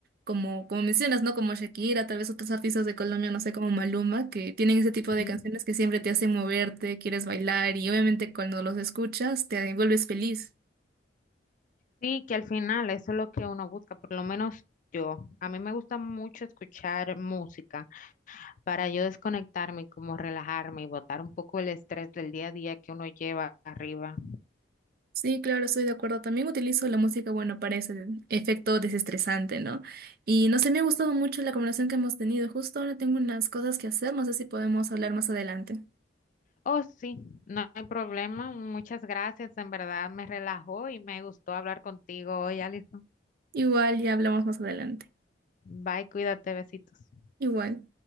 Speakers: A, on the right; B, on the left.
A: como, como mencionas, ¿no? Como Shakira, tal vez otros artistas de Colombia, no sé, como Maluma, que tienen ese tipo
B: Ujú.
A: de canciones que siempre te hacen moverte, quieres bailar y obviamente cuando los escuchas te vuelves feliz.
B: Sí, que al final eso es lo que uno busca, por lo menos yo. A mí me gusta mucho escuchar música. para yo desconectarme y como relajarme y botar un poco el estrés del día a día que uno lleva arriba.
A: Sí, claro, estoy de acuerdo. También utilizo la música, bueno, para ese efecto desestresante, ¿no? Y no sé, me ha gustado mucho la conversación que hemos tenido. Justo ahora tengo unas cosas que hacer, no sé si podemos hablar más adelante.
B: Oh, sí, no hay problema. Muchas gracias. En verdad me relajó y me gustó hablar contigo hoy, Alison.
A: Igual, ya hablamos más adelante.
B: Bye, cuídate, besitos.
A: Igual.